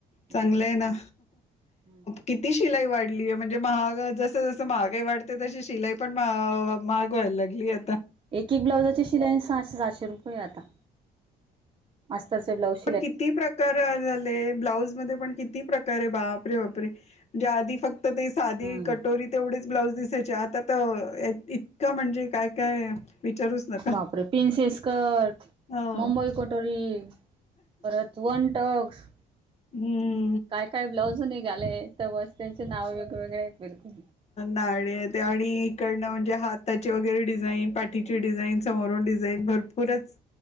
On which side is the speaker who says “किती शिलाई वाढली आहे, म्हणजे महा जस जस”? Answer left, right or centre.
Left